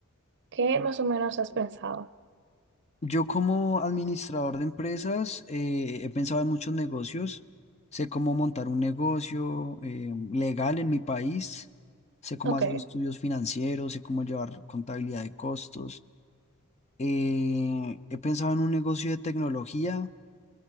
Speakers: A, on the right (about 55°); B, on the left (about 30°).
A: ¿Qué más o menos has pensado?
B: Yo como administrador de empresas eh, he pensado en muchos negocios. Sé cómo montar un negocio eh, legal en mi país, sé cómo
A: Ok,
B: hacer estudios financieros, sé cómo llevar contabilidad de costos, Eh, he pensado en un negocio de tecnología.